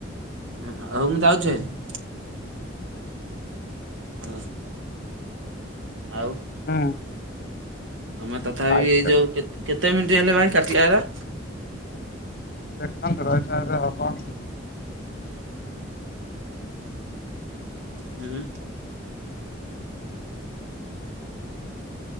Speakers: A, on the right; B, on the left.
A: ହ ହଉ ମୁଁ ଯାଉଛି ହାରି ହେଲା ଆଉ
B: ହୁଁ।
A: ତମେ ତଥାପି
B: ସାଇଟରେ
A: ଏଇ ଯୋଉ, କେ କେତେ ମିନିଟ୍ ହେଲେ ଭାଇ କାଟିବାର?
B: ଦେଖନ୍ତୁ ରହି ଥିବାରୁ ହବ।
A: ହୁଁ।